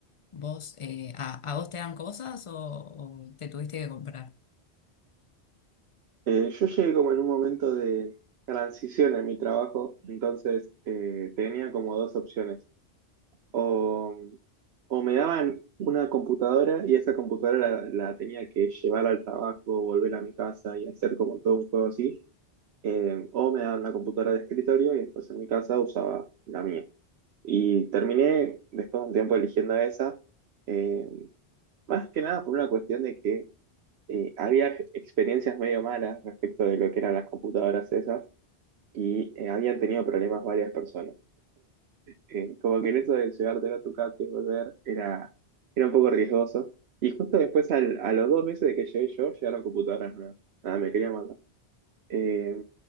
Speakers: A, on the left; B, on the right.
A: vos, eh, a, ¿a vos te dan cosas o, o te tuviste que comprar?
B: Eh, yo llegué como en un momento de transición en mi trabajo, entonces eh, tenía como dos opciones. O, o me daban una computadora y esa computadora la, la tenía que llevar al trabajo, volver a mi casa y hacer como todo un juego así. Eh, o me daban una computadora de escritorio y después en mi casa usaba la mía. Y terminé después de un tiempo eligiendo esa, eh, más que nada por una cuestión de que eh, había experiencias medio malas respecto de lo que eran las computadoras esas y eh, habían tenido problemas varias personas. Eh, como que en eso de llevártela a tu casa y volver era, era un poco riesgoso. Y justo después, al- a los dos meses de que llegué yo, llegaron computadoras nuevas. Nada, me quería matar. Eh,